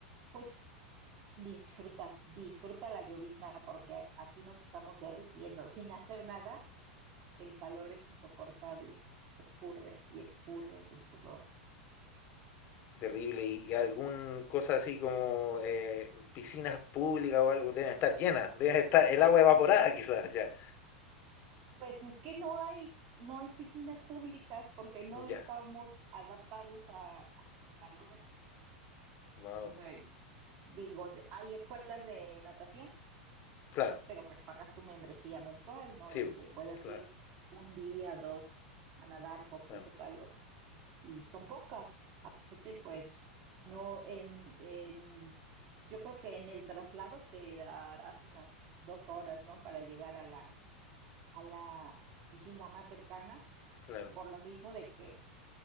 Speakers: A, on the right (about 40°); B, on the left (about 40°).
A: pues disfruta, disfruta la llovizna porque aquí nos estamos derritiendo. Sin hacer nada, el calor es insoportable. Escurre y escurres el sudor.
B: Qué terrible. Y, y algún cosa así como eh, piscinas públicas o algo deben estar llenas, deben estar el agua evaporada quizás, ya.
A: Pues es que no hay, no hay piscinas públicas porque no estamos
B: Ya.
A: adaptados a, al calor.
B: Wow.
A: O sea, digo, de- hay escuelas de natación,
B: Claro.
A: pero pues pagas tu membresía mensual, no
B: Sí,
A: es que puedas
B: claro.
A: ir un día, dos a nadar porque
B: Claro.
A: hizo calor y son pocas. Aparte, pues no en, en yo creo que en el traslado te darás unas dos horas, ¿no? Para llegar a la, a la piscina más cercana,
B: Claro.
A: por lo mismo de que